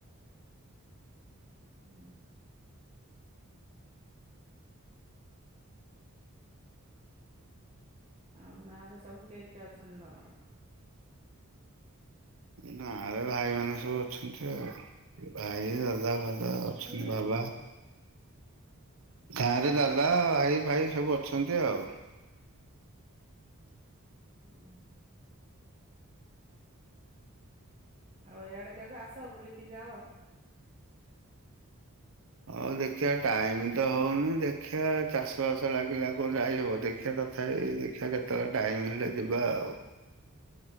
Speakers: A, on the right; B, on the right.
A: ହୁଁ, ହୁଁ। ତମ ଗାଁ ରେ ସବୁ କେମିତି ଅଛନ୍ତି ତମର?
B: ଗାଁ ରେ ଭାଇ ମାନେ ସବୁ ଅଛନ୍ତି ଆଉ। ଭାଇ, ଦାଦା ଅଛନ୍ତି
A: ହୁଁ
B: ବାବା ଗାଁରେ ଦାଦା, ଭାଇ, ଫାଇ ସବୁ ଅଛନ୍ତି ଆଉ।
A: ହୁଁ, ହୁଁ ଆଉ ଏଇଆଡେ କେବେ ଆସ ବୁଲିକି ଯାଅ?
B: ହଉ ଦେଖିବା ଟାଇମ ତ ହଉନି ଦେଖିବା ଚାଷ ବାସ ଲାଗିଲେ ଆଉ କଣ ଯାଇହବ ଦେଖିବା ତ ତଥାପି ଦେଖିବା କେତେବେଳେ ଟାଇମ ମିଳିଲେ ଯିବା ଆଉ।